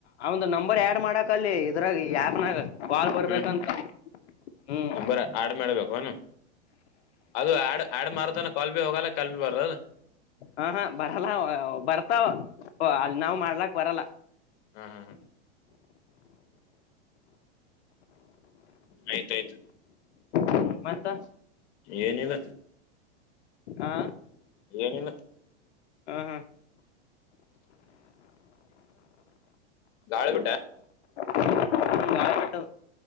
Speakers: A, on the left; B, on the left.
A: ಅವಂದು ನಂಬರ್ ಆಡ್ ಮಾಡಕ್ ಅಲ್ಲಿ ಇದ್ರಾಗ ಯಾಕನಾಗ ಬಾಲ್ ಬರ್ಬೇಕಂತ
B: ಹ
A: ಹ್ಮ್
B: ನಂಬರ್ ಆಡ್ ಮಾಡ್ಬೇಕು ಅನು ಅದು ಆಡ್ ಆಡ್ ಮಾಡತಾನ ಕಾಲ್ ಬಿ ಹೋಗಲ್ಲ ಕಲ್ ಭ ಬರ್ರ
A: ಹಾ ಹಾ ಬರಲ್ಲ ಬರ್ತಾವ ಅಲ್ಲಿ ನಾವ್ ಮಾಡ್ಲಾಕ್ ಬರಲ್ಲ
B: ಹ ಹ ಆಯ್ತಾಯ್ತು
A: ಹ ಮಾ್ತಾ
B: ಏನಿಲ್ಲ
A: ಹಾ
B: ಏನಿಲ್ಲ
A: ಹಾ ಹಾ
B: ಗಾಳಿ ಬಿಿಟ
A: ನ ನಳಟ್ಟ